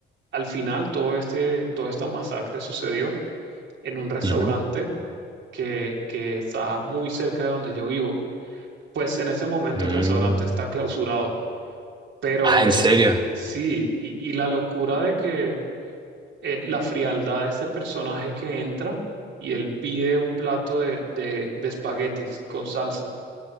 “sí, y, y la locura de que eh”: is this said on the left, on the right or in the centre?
Right